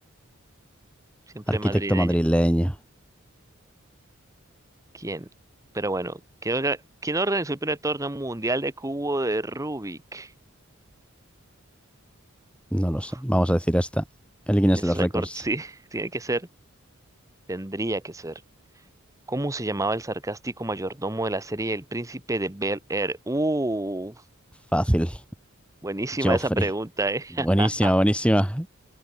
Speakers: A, on the right; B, in the centre.
A: Siempre
B: Arquitecto
A: madrileño.
B: madrileño.
A: ¿Quién? Pero bueno, ¿quién, orga- quién organizó el primer torneo mundial de cubo de Rubik?
B: No
A: Uf.
B: lo sé. Vamos a decir esta. El
A: Guinness
B: Guinness de los
A: Record,
B: récords.
A: sí, <laughs> tiene que ser, tendría que ser. ¿Cómo se llamaba el sarcástico mayordomo de la serie El Príncipe de Bel Air? Uh,
B: Fácil.
A: buenísima
B: Joffrey.
A: esa pregunta, ¿eh? <laughs>
B: Buenísima, buenísima.